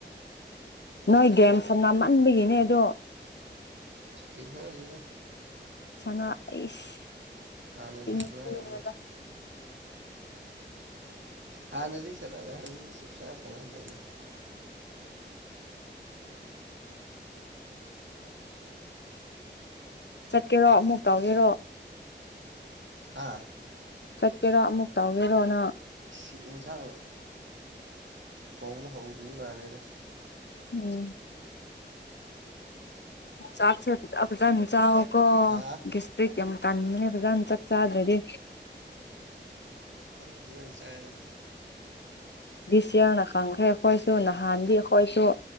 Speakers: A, on the right (about 80°); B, on the left (about 70°).
A: ꯌꯥꯔꯦꯗ
B: ꯅꯣꯏ ꯒꯦꯝ ꯁꯝꯅꯝꯃꯟꯕꯒꯤꯅꯦ ꯑꯗꯣ
A: ꯒꯦꯝ ꯁꯥꯟꯅꯗꯦꯗ
B: ꯁꯅ ꯑꯩꯁ
A: ꯍꯥꯟꯅꯗꯤ
B: ꯆꯤꯟ
A: ꯁꯥꯟꯅꯔꯝ
B: ꯊꯤꯅꯨꯗ
A: ꯃꯦ ꯍꯥꯟꯅꯗꯤ ꯁꯥꯟꯅꯔꯦ ꯍꯧꯖꯤꯛꯇꯤ ꯆꯨꯞ ꯆꯥꯞ ꯁꯥꯟꯅꯗ꯭ꯔꯦꯗ
B: ꯆꯠꯀꯦꯔꯣ ꯑꯃꯨꯛ ꯇꯧꯒꯦꯔꯣ
A: ꯍꯥꯥ
B: ꯆꯠꯀꯦꯔꯣ ꯑꯃꯨꯛ ꯇꯧꯒꯦꯔꯣꯅ
A: ꯁꯤ ꯌꯦꯟꯁꯥꯡ ꯊꯣꯡꯕ ꯍꯧꯗ꯭ꯔꯤ ꯃꯥꯂꯦꯗꯥ
B: ꯑꯣ ꯆꯥꯛꯁ ꯆ ꯐꯖꯥꯅꯤ ꯆꯥꯛ ꯀꯣ
A: ꯍꯥ
B: ꯦꯁꯇꯔꯤ ꯌꯥꯝ ꯀꯥꯟꯅꯦ ꯐꯖꯅ ꯆꯠ ꯆꯗ꯭ꯔꯗꯤ
A: ꯑꯗꯨꯗꯝ ꯆꯗ
B: ꯁꯤꯌꯥꯅꯅꯥ ꯈꯪꯈ꯭ꯔꯥꯏꯦ ꯈꯣꯏꯁꯨ
A: ꯎꯝ
B: ꯅꯅꯥ ꯍꯥꯟꯗꯤꯈꯣꯏꯁꯨ